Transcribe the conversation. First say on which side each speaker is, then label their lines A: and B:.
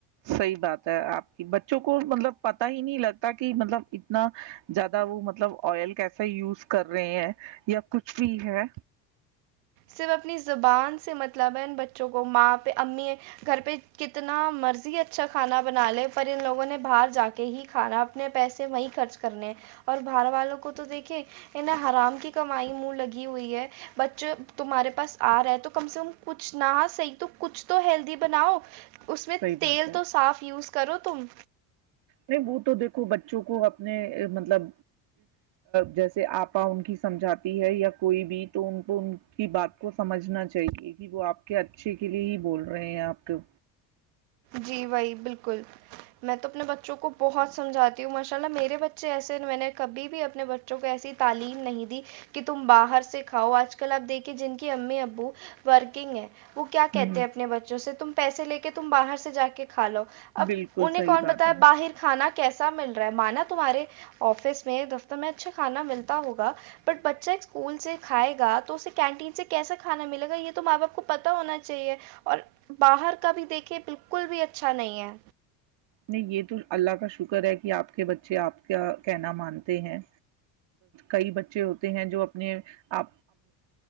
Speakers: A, on the right (about 60°); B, on the right (about 75°).
A: صحیح بات ہے آپ کی بچوں کو مطلب پتا ہی نہیں لگتا کہ مطلب اتنا زیادہ وہ مطلب آئل کیسا یوز کر رہے ہیں یا کچھ بھی ہے
B: صرف اپنی زبان سے مطلب ہے ان بچوں کو ماں پہ امی گھر پہ کتنا مرضی اچھا کھانا بنا لے پر ان لوگوں نے باہر جا کے ہی کھانا اپنے پیسے وہیں خرچ کرنے اور باہر والوں کو تو دیکھے انیں حرام کی کمائی منہ لگی ہوئی ہے بچے تمہارے پاس آ رہا ہے تو کم سے کم کچھ نہ صحیح تو کچھ تو ہیلدی بناؤ اس میں
A: صحیح
B: تیل
A: بات ہے
B: تو صاف یوز کر کرر توم
A: نہیں وہ تو دیکھو بچوں کو اپنے مطلب جیسے آپا ان کی سمجھاتی ہے یا کوئی بھی تو ان کو ان کی بات کو سمجھنا چاہیے کہ وہ آپ کے اچھے کے لیے ہی بول رہے ہیں آپ کو
B: جی بھائی بالکل میں تو اپنے بچوں کو بہت سے سمجھاتی ہوں ماشاء اللہ میرے بچے ایسے میں نے کبھی بھی اپنے بچوں کو ایسی تعلیم نہیں دی کہ تم باہر سے کھاؤ آج کل آپ دیکھیے جن کی امی ابو ورکنگ ہیں وہ کیا کہتے
A: ہ
B: ہیں اپنے بچوں سے تم پیسے لے کے تم باہر سے سے جا کے کھا لو اب
A: بالکل
B: انہیں
A: صحیح
B: کون
A: بات
B: بتایا
A: ہے
B: باہر کھانا کیسا مل رہا ہے مانا تمہارے آفس میں دفتر میں اچھا کھانا ملتا ہوگا بٹ بچہ ایک اسکول سے کھائے گا تو اسے کینٹین سے کیسا کھانا ملے گا یہ تو ماں باپ کو پتا ہونا چاہیے اور باہر کا بھی دیکھے بالل بالکل بھی اچھا نہیں ہے
A: نہیں یہ تو اللہ کا شکر ہے کہ آپ کے بچے آپ کیا کہنا مانتے ہیں کئی بچے ہوتے ہیں جو اپنے آ